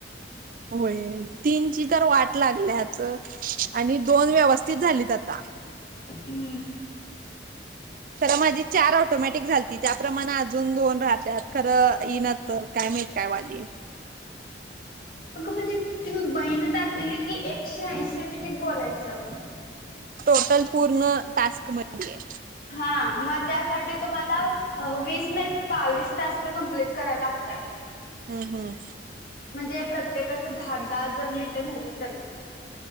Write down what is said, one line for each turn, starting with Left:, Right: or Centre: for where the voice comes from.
Right: होय तीनची तर वाट लागल्याच. आणि दोन व्यवस्थित झालीत आता.
Left: रिकामा ऑडिओ
Right: खरं माझी चार ऑटोमॅटिक झालती त्याप्रमाणे अजून दोन राहत्या खरं येईना. तर काय मी काय वाली.
Left: अग म्हणजे त्या बाईंनी टाकलेली की एकशे ऐंशी मिनिट बोलायचं.
Right: टोटल पूर्ण टास्क मध्ये.
Left: हा मग त्यासाठी तुम्हाला वीस नाही तर बावीस टास्क कम्प्लीट कराय लागतात.
Right: हम्म हम्म.
Left: म्हणजे प्रत्येकाचं दहा दहा जर मिनटं धरलं तर..